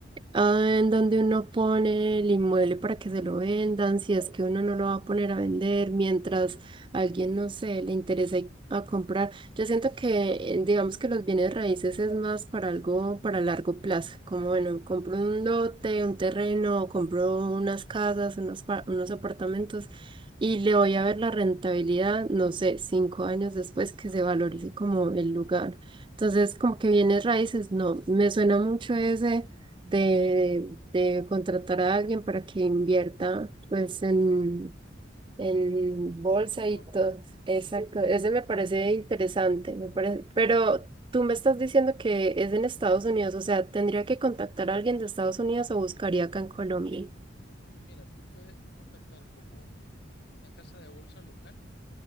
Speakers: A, on the right (about 25°); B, on the left (about 55°).
A: ah, en donde uno pone el inmueble para que se lo vendan, si es que uno no lo va a poner a vender, mientras a alguien, no sé, le interesa a comprar. Yo siento que, eh, digamos que los bienes raíces es más para algo, para largo plazo, como bueno, compro un lote, un terreno, compro unas casas, unos, pa- unos apartamentos y le voy a ver la rentabilidad, no sé, cinco años después que se valorice como el lugar. Entonces, como que bienes raíces, no, me suena mucho ese de, de contratar a alguien para que invierta pues en, en bolsa
B: En un
A: y
B: fondo,
A: todo. Exacto, ese me parece interesante, me parece, pero tú me estás diciendo que es en Estados Unidos, o sea, tendría que contactar a alguien de Estados Unidos o buscaría acá en Colombia.
B: mira, tú puedes contactar con un- una casa de bolsa local